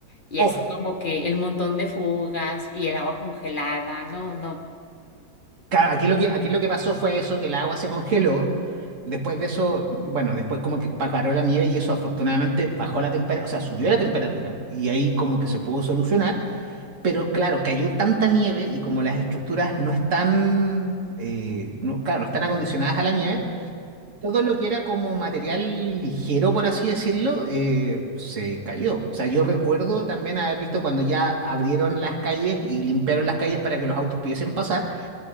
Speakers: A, on the left; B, on the right.
A: y
B: Oh,
A: así como que el montón de fugas y el agua congelada, no, no.
B: claro, aquí lo que, aquí lo que pasó fue eso, que el agua se congeló. Después de eso, bueno, después como que pa- paró la nieve y eso afortunadamente bajó la temperatura, o sea, subió la temperatura y ahí como que se pudo solucionar. Pero claro, cayó tanta nieve y como las estructuras no están, eh, no, claro, no están acondicionadas a la nieve, todo lo que era como material ligero, por así decirlo, eh, se cayó. O sea, yo recuerdo también haber visto cuando ya abrieron las calles y limpiaron las calles para que los autos pudiesen pasar.